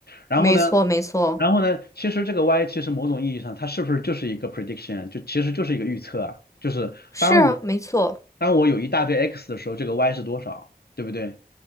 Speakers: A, on the left; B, on the left.
A: 然后呢，
B: 没错，没错，
A: 然后呢，其实这个 y 其实某种意义上它是不是就是一个 prediction，就其实就是一个预测啊，就是当我
B: 是啊，没错，
A: 当我有一大堆 x 的时候，这个 y 是多少，对不对？